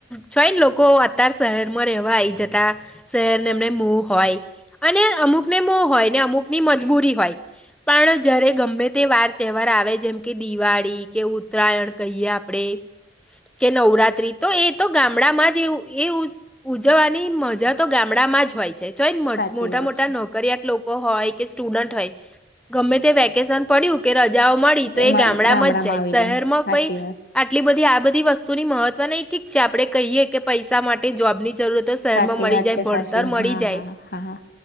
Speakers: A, in the centre; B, on the left.
A: ચોય ને લોકો અત્યાર શહેરમાં રહેવા આઈ જતા શહેરને એમને મો હોય અને અમુકને મો હોય ને અમુક ની મજબૂરી હોય પણ જયારે ગમે તે વાર તહેવાર આવે જેમ કે દિવાળી કે ઉતરાયણ કહીએ આપણેે કે નવરાત્રી તો એ તો ગામડામાં જ એ ઉજવવાની મજા તો ગામડામાં જ હોય. છે. ચોય ન
B: સાચી
A: મોટા
B: વાત
A: મોટા
B: છે.
A: નોકરિયાત લોકો હોય કે સ્ટુડન્ટ હોય ગમે તે વેકેશન પડ્યું કે રજાઓ મળી તો
B: એમાં
A: એ ગામડામાં જ શહેરમાં
B: આવી જાય સાચી
A: કોઈ
B: વાત
A: આટલી બધી આ બધી વસ્તુ ની મહત્વ નહીં ઠીક છે આપણે કહીએ કે પૈસા માટે જોબની જરૂરત તો શહેરમાં
B: સાચી
A: મળી
B: વાત
A: જાય
B: છે
A: ભણતર
B: સાચી
A: મળી
B: હા
A: જાય
B: હા હા